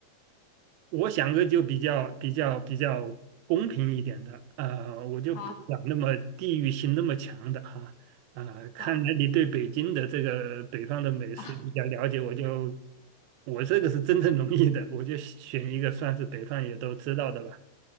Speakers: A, on the right; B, on the left.
A: 我想个就比较比较比较公平一点的，呃，我就不想那么地域性那么强的哈，
B: 好，
A: 啊、看来你对北京的这个北方的美食比较了解，
B: 好啊
A: 我就我这个是真正容易的，我就选一个算是北方也都知道的吧，